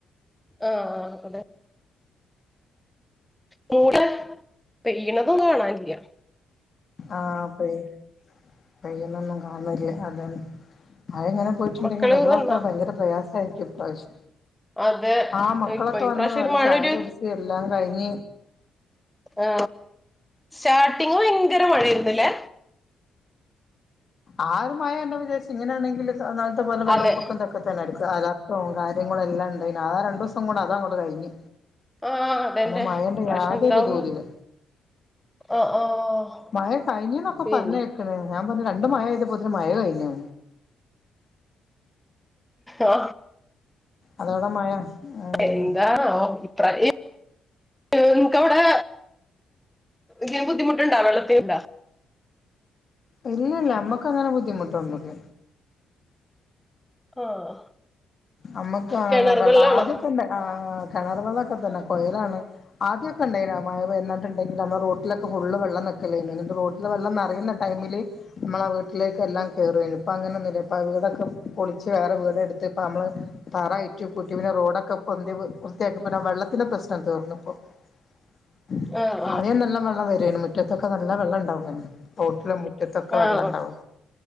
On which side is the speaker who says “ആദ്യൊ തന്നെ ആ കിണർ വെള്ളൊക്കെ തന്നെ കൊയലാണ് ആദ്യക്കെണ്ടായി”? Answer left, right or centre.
Left